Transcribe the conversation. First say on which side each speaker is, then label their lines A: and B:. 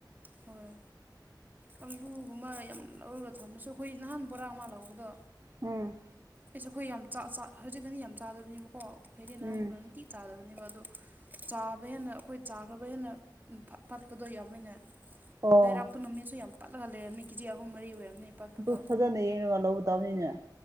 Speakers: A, on the right; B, on the right.
A: ꯍꯣꯏ ꯑꯂꯨꯒꯨꯝꯕ ꯌꯥꯝ ꯂꯧꯔꯒ ꯊꯝꯃꯁꯨ ꯑꯩꯈꯣꯏ ꯅꯍꯥꯟ ꯕꯣꯔꯥ ꯑꯃ ꯂꯧꯕꯗꯣ
B: ꯎꯝ
A: ꯑꯩꯁꯨ ꯑꯩꯈꯣꯏ ꯌꯥꯝ ꯍꯧꯖꯤꯛꯀꯅꯤ ꯌꯥꯝ ꯆꯥꯗꯕꯅꯦꯕꯀꯣ ꯍꯗꯤ <inaudible>
B: ꯎꯝ
A: ꯅꯍꯥꯟꯒꯣꯟꯅ ꯅꯨꯡꯇꯤ ꯆꯥꯗꯕꯅꯦꯕ ꯑꯗꯣ ꯆꯥꯕ ꯍꯦꯟꯅ ꯑꯩꯈꯣꯏ ꯆꯥꯈ꯭ꯔꯕ ꯍꯦꯟꯅ ꯕꯥꯠꯄꯗꯣ ꯌꯥꯝꯃꯤꯅꯦ
B: ꯑꯣ
A: ꯂꯩꯔꯥꯛꯄ ꯅꯨꯃꯤꯠꯁꯨ ꯌꯥꯝ ꯄꯠꯂꯒ ꯂꯩꯔꯝꯅꯤ ꯀꯦꯖꯤ ꯑꯍꯨꯝ ꯃꯔꯤ ꯑꯣꯏꯔꯝꯅꯤ ꯄꯠꯄꯗꯣ
B: ꯑꯗꯨ ꯐꯖꯅ ꯌꯦꯡꯉꯒ ꯂꯧꯒꯗꯧꯅꯤꯅꯦ